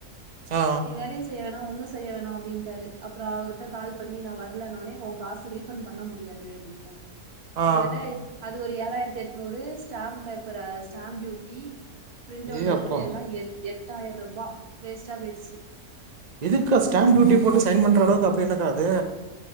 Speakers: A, on the right; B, on the right.
A: ஆ
B: நீ வேலையும் செய்ய வேனா ஒன்னும் செய்ய வேணாம் அப்டின்டாரு அப்பறோ அவருட்ட கால் பண்ணி நா வரலனோனே உன் காச ரீஃபண்ட் பண்ண முடியாது அப்படின் ஆ
A: ஆ
B: கிட்டத்தட்ட அது ஒரு ஏழாயிரத்தி எட்நூறு stamp paper stamp duty print அவுட்
A: ஏ
B: எடுத்தது
A: அப்பா
B: எல்லாம் எட்டாயிரம் ரூபா வேஸ்ட்டா போயிடுச்சு
A: இதுக்கா ஸ்டாம் டயூட்டி
B: அப்றோ
A: போட்டு சைன் பண்ற அளவுக்கு அப்டி என்னக்கா அது